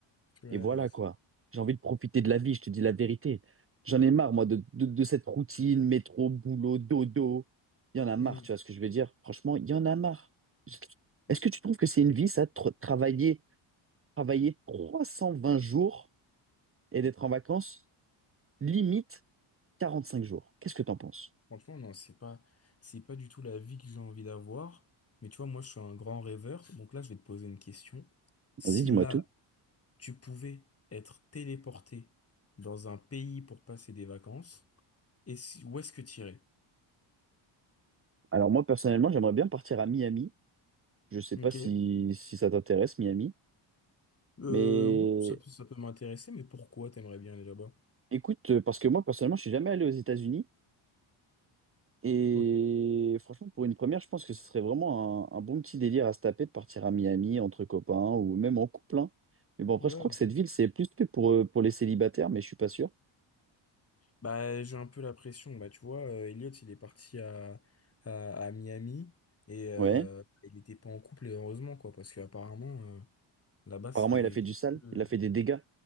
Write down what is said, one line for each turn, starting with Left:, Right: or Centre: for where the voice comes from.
Left: tu vois,
Right: et voilà quoi. J'ai envie de profiter de la vie, je te dis la vérité. J'en ai marre, moi, de, de, de cette routine, métro, boulot, dodo. Il y en a marre,
Left: euh,
Right: tu vois ce que je veux dire? Franchement, il y en a marre.
Left: hmm.
Right: Est-ce que tu trouves que c'est une vie, ça, de tra- travailler, travailler 320 jours et d'être en vacances, limite 45 jours? Qu'est-ce que t'en penses?
Left: Franchement, non, c'est pas, c'est pas du tout la vie que j'ai envie d'avoir. Mais tu vois, moi, je suis un grand rêveur. Donc là, je vais te poser une question. Si
Right: Vas-y, dis-moi
Left: là,
Right: tout.
Left: là, Ouais. tu pouvais être téléporté dans un pays pour passer des vacances, et si- où est-ce que tu irais?
Right: Alors moi personnellement, j'aimerais bien partir à Miami. Je sais
Left: Ok.
Right: pas si, si ça t'intéresse, Miami.
Left: Euh,
Right: Mais
Left: oui, ça peut, ça peut m'intéresser, mais pourquoi t'aimerais bien aller là-bas?
Right: écoute, euh, parce que moi personnellement, je suis jamais allé aux États-Unis. Et
Left: Ok.
Right: franchement, pour une première, je pense que ce serait vraiment un, un bon petit délire à se taper de partir à Miami entre copains ou même en couple. hein. Mais bon, après,
Left: Ouais,
Right: je crois
Left: ouais.
Right: que cette ville, c'est plus fait pour, euh, pour les célibataires, mais je suis pas sûr.
Left: Bah, j'ai un peu la pression. Bah, tu vois, euh, Elliot, il est parti à, à, à Miami et euh,
Right: Ouais.
Left: il était pas en couple, heureusement, quoi, parce que apparemment. Là-bas, c'est...
Right: Apparemment, il a fait du sale,
Left: Euh,
Right: il a fait des dégâts.